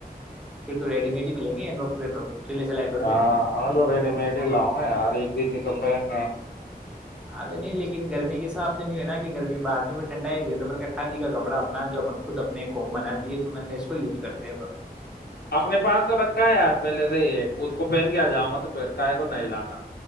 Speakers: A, in the centre; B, on the left.
A: پھر تو ریڈی مڈ ہی ملیں گے ے تو سلے سلائے تھوڑی
B: ہاں
A: ملیں گے
B: میں تو ریڈی مڈ ہی لاؤں گا یار ایک د تو پ ن
A: ارے نہیں لیکن گرمی کے حساب سے نہیں ہے نا کہ گرمی بعد میں بھی ٹھنڈا ہی دے تو میں نے کھااد گا کپڑا اپنا جو اپ خود اپنے قم بناتی ہے تو میں نے اس کو یوز کرتے ہے اپ
B: اپنے پاس تو رکھا ہے یار پہلے سے ہی ایک اس کو پہن کے آ جاؤں گا تو پھر کاائے کو نہیں لانا